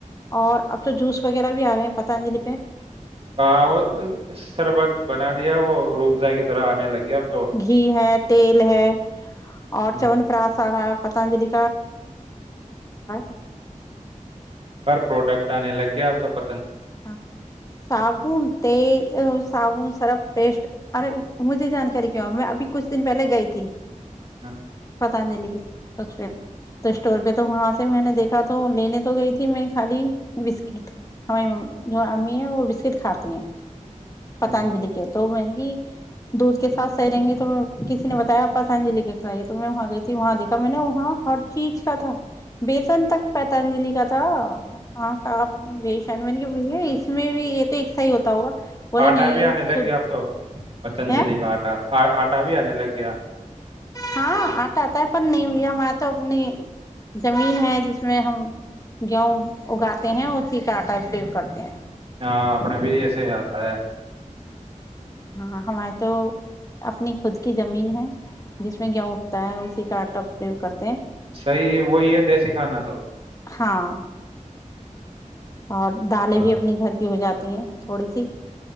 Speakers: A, on the left; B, on the right.
A: اور اب تو جوس وغیرہ بھی آ رہے ہیں پتانجلی پہ
B: ہاں وہ شربت بنا دیا وہ روبزہ کی طرح آنے لگ گیا اب تو
A: گھی ہے تیل ہے اور
B: ہوں،
A: چن پراس آارا پتنجلی <inaudible>
B: پر پروڈکٹ آ نے لگیا تو پ
A: ہاں صابن تل صابن سرف پیسٹ ارے مجھے جانکاری کیوں میں ابھی کچھ دن پہلے گئی تھی
B: ہاں
A: پتانجلی اس پ تو اسٹور پہ تو وہاں سے میں نے دیکھا تو لینے تو گئی تھی میں خالی بسکٹ ہماری م جو امی ہیں وہ وسر کھاتی ہیں پتانجلی
B: ہاں۔
A: کے تو میں نے کی دودھ کے ساتھ سہیریں گے تو میں کسی نے بتایاپ پتنجلی کا کھلائیے تو میں وہاں گئی تھی وہاں دیکھا میں نے وہاں ہر چیز کا تھا بیسن تک پتنجلی کا تھا آٹا بیسن میں نے بھ ہے اس میں بھی یہ تو ایکسا ہی ہوتا ہوگا بولے
B: آٹا
A: نہیں
B: بھی
A: یہ
B: آنے لگ
A: شھ
B: گیا اب تو پتنجلی
A: ہے
B: کا آٹا ہٹاویا نے لگ گیا
A: ہاں آٹا آتا ہے پر نہیں ب ہماریے تو اپنی زمین ہے جس میں ہم گیہوں اگاتے ہیں اسی کا آٹاوگ کرتے ہیں
B: اپنے بھی ایسے ہی آتا ہے
A: ہاں ہماری تو اپنی خود کی زمین ہے جس میں گیہوں اگتا ہے اسی کا آٹا اپریوگ کرتا
B: صحیح ہے وہی ہے دیسی کھانا تھا تو
A: ہاں اور دالیں
B: ہاں
A: بھی اپنے گھر کی ہو جاتی ہیں تھوڑی سی